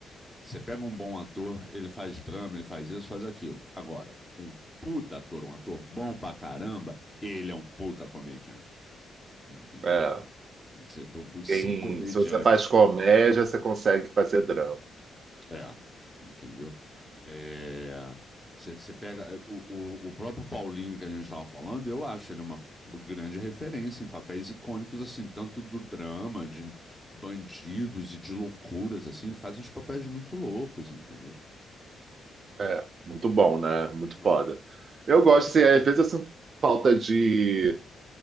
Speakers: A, in the centre; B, on the right.
A: Você pega um bom ator, ele faz drama, ele faz isso, faz aquilo. Agora, um puta ator, um ator bom pra caramba, ele é um puta comediante. Entendeu?
B: é.
A: se
B: Quem-
A: ser comediante.
B: se você faz comédia, você consegue fazer drama.
A: É, entendeu? É, você pega é, o, o, o próprio Paulinho que a gente estava falando, eu acho ele uma grande referência em papéis icônicos, assim, tanto do drama, de bandidos e de loucuras, assim, ele faz uns papéis muito loucos, entendeu?
B: É, muito bom, né? Muito
A: Ah.
B: foda. Eu gosto, assim, às vezes eu sinto falta de